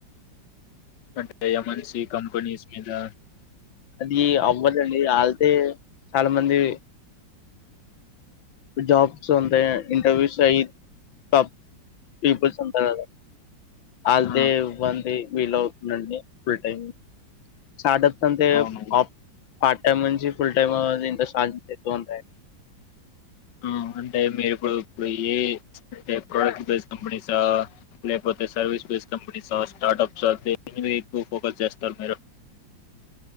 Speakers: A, on the left (about 65°); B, on the left (about 80°).
A: అంటే కంపనీస్ మీదా
B: అదీ అవ్వదండీ ఆళతే చాలా మంది జాబ్స్ ఉంటే ఇంటర్వ్యూస్ ఐ టాప్ పీపుల్స్ అంతా all
A: ఆ
B: they one the we love నండి ఫ్రీ టైం స్టార్టప్స్ అంతే
A: అవును
B: ఆప్ పార్ట్ టైమ్ నుంచి ఫుల్ టైము దీంట్లో సాలరీ ఎక్కువుంటాయి
A: ఆ అంటే మీరిప్పుడు ఇప్పుడు ఏ అంటే ప్రోడక్ట్ బేస్డ్ కంపెనీసా లేకపోతే సర్వీస్ బేస్ కంపెనీసా స్టార్టప్స్ దీని మీద ఎక్కువ ఫోకస్ చేస్తారు మీరు